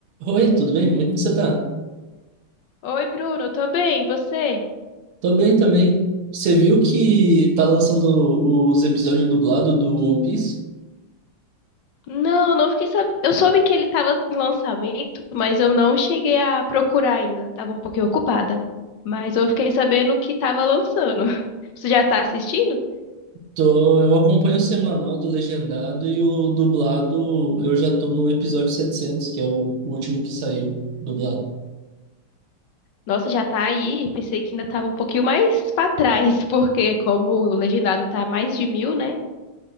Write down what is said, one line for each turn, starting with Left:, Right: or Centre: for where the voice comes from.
Right: Oi, tudo bem? Como é que você tá?
Left: Oi, Bruno, eu tô bem, e você?
Right: Tô bem também. Você viu que tá lançando os episódios dublados do One Piece?
Left: Não, eu não fiquei sabendo. Eu soube que ele tava em lançamento, mas eu não cheguei a procurar ainda. Tava um pouquinho ocupada. Mas eu fiquei sabendo que tava lançando. <laughs> Você já tá assistindo?
Right: Tô, eu acompanho o semanal do legendado e o dublado, eu já tô no episódio 700, que é o último que saiu dublado.
Left: Nossa, já tá aí. Eu pensei que ainda tava um pouquinho mais pra trás, <laughs> porque como o legendado tá mais de mil, né?